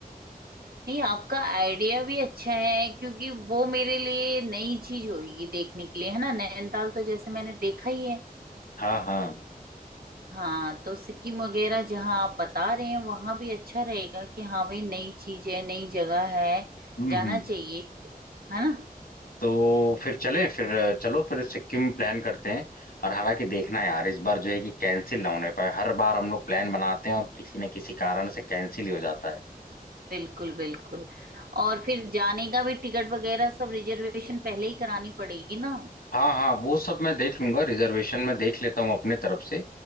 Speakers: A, on the right; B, on the left.
A: नहीं आपका आइडिया भी अच्छा है क्योंकि वो मेरे लिए नई चीज होगी देखने के लिए है ना नैनीताल तो जैसे मैंने देखा ही है
B: हाँ हाँ
A: हाँ तो सिक्किम वगैरह जहाँ आप बता रहे हैं वहां भी अच्छा रहेगा कि हाँ भाई नई चीज है नई जगह है
B: हम्म
A: जाना
B: हम्म
A: चाहिए है ना
B: तो फिर चलें फिर अ, चलो फिर सिक्किम प्लान करते हैं और हालांकि देखना यार इस बार जो है कि कैंसिल ना होने पाए हर बार हम लोग प्लान बनाते हैं और किसी न किसी कारण से कैंसिल ही हो जाता है
A: बिल्कुल बिल्कुल और फिर जाने का भी टिकट वगैरह सब रिजर्वेशन पहले ही करानी पड़ेगी ना
B: हाँ हाँ वो सब मैं देख लूंगा रिजर्वेशन में देख लेता हूँ अपने तरफ से